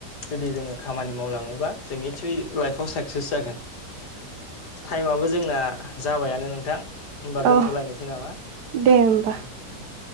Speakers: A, on the left; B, on the right.
A: जुदि जोङो खामानि मावलाङोबा जोंनि निसय लाइफआव साक्सेस जागोन
B: <inaudible>
A: टाइमाबो जोंना जाबायानो नोंथां होमबा दोनथ'लायनोसै
B: अ
A: नामा
B: दे होमबा
A: ओ ओं